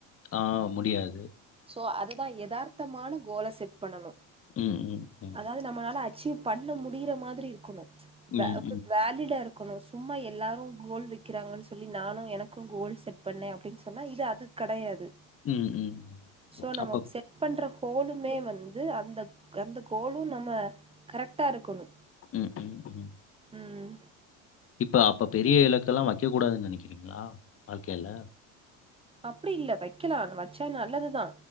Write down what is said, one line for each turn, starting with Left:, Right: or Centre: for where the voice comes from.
Left: ஆ முடியாது
Right: சோ அதுதா எதார்த்தமான கோல செட் பண்ணணு
Left: ம் ம் ம்
Right: அதாது நம்ளால அச்சீவ் பண்ண முடிய்ற மாதிரி இருக்கணு வே
Left: ம்.
Right: வேலீடா இரு கணு சும்மா எல்லாரு கோல் வைக்கிறாங்கன் சொல்லி நானு எனக்கு கோல் செட் பண்ணே அப்டின்னு சொன்னா இது அது கெடையாது
Left: ம் ம் ம்
Right: சோ நம்ம
Left: அப்ப
Right: செ ட் பண்ற ஹோலுமே வந்து அந்த அந்த கோலு நம்ம கரெக்டா இருக்கணு
Left: ம் ம் ம்
Right: ம்
Left: இப்ப அப்ப பெரிய இலக்கெல்லா வைக்க கூடாதுன் நெனக்கிறீங்ளா வாழ்க்கைல
Right: அப்டி இல்ல வைக்கலா வச்சா நல்லதுதா